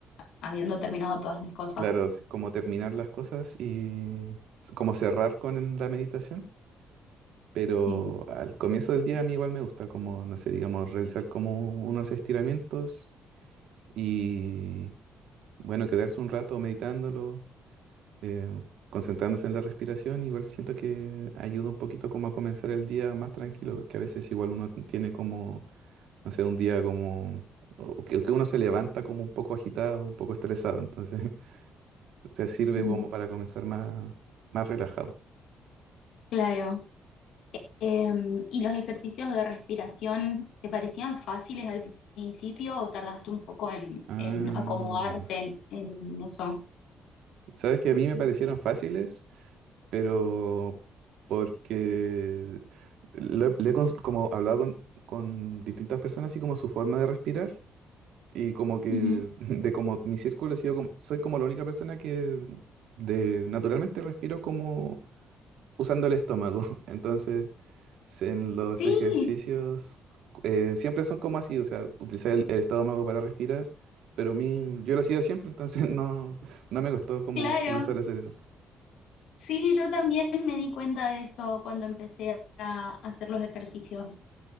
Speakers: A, on the left; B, on the right.
A: habiendo terminado todas mis cosas.
B: Claro, así como terminar las cosas y s- como cerrar con la meditación. Pero
A: Sí.
B: al comienzo del día a mí igual me gusta como, no sé, digamos, realizar como unos estiramientos y, bueno, quedarse un rato meditándolo, eh, concentrándose en la respiración, igual siento que ayuda un poquito como a comenzar el día más tranquilo, porque a veces igual uno tiene como, no sé, un día como, o que, que uno se levanta como un poco agitado, un poco estresado, entonces <laughs> se se sirve
A: Ujú.
B: como para comenzar más, más relajado.
A: Claro. Em, ¿y los ejercicios de respiración te parecían fáciles al principio o tardaste un poco en,
B: Ah,
A: en acomodarte en, en eso?
B: ¿sabes que a mí me parecieron fáciles? pero porque lo he- le he cons- como hablado con, con distintas personas así como su forma de respirar y como que
A: Ujú.
B: <laughs> de como mi círculo he sido como- soy como la única persona que de naturalmente respiro como usando el estómago. <laughs> Entonces, se- en los
A: Sí,
B: ejercicios eh, siempre son como así, o sea, utilizar el, el estómago para respirar, pero a mí yo lo hacía siempre, entonces <laughs> no no me costó como
A: claro.
B: comenzar a hacer eso.
A: Sí, yo también me di cuenta de eso cuando empecé a a hacer los ejercicios.